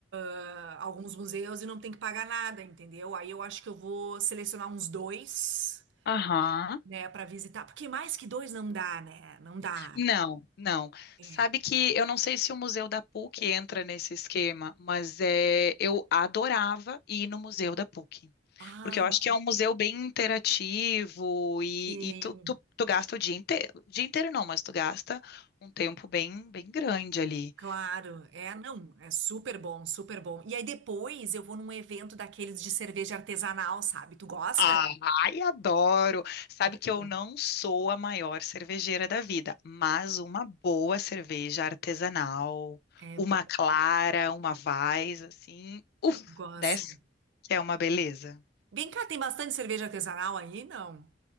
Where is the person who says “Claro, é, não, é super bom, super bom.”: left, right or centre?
Right